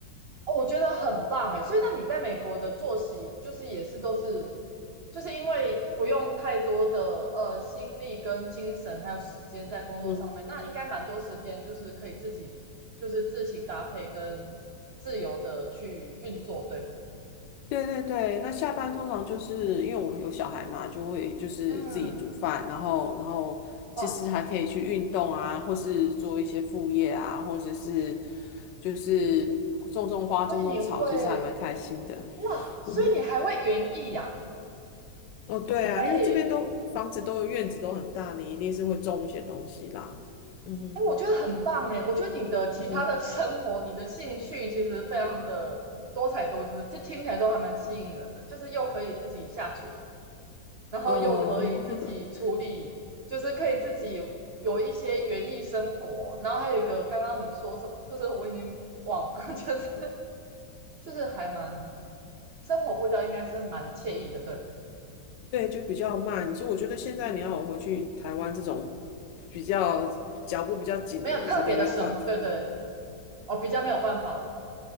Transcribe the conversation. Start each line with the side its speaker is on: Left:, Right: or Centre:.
Right: 哦，我觉得很棒哎，所以那你在美国的作息就是也是都是，就是因为不用太多的呃心力跟精神还有时间在工作上面，
Left: 嗯，
Right: 那应该蛮多时间就是可以自己就是自行搭配跟自由的去运作，对吗？
Left: 对对对，那下班通常就是因为我有小孩嘛，就会就是自己煮饭，
Right: 嗯，
Left: 然后然后其实还可以去运动啊，
Right: 哇，
Left: 或是做一些副业啊，或者是就是种种花、
Right: 所以你会
Left: 种种草，其实还蛮开心的。
Right: 哇，所以你还会园艺呀、
Left: 嗯哼，哦，对啊，
Right: 会。
Left: 因为这边都房子都有院子都很大，你一定是会种一些东西啦。嗯哼。
Right: 哎，我觉得很棒哎！我觉得你的其他的生活、
Left: 嗯
Right: 你的兴趣其实非常的多彩多姿，这听起来都还蛮吸引人的。就是又可以自己下厨，然后又可以自己处理，
Left: 哦，<laughs>
Right: 就是可以自己有一些园艺生活。然后还有一个，刚刚你说什么？就是我已经忘了，<laughs> 就是就是还蛮生活步调应该是蛮惬意的，对，
Left: 对，就比较慢。其实我觉得现在你要我回去台湾这种比较脚步比较紧的人，
Right: 没有特别的生活，
Left: 我觉得没有办法。
Right: 对对哦，比较没有办法哦，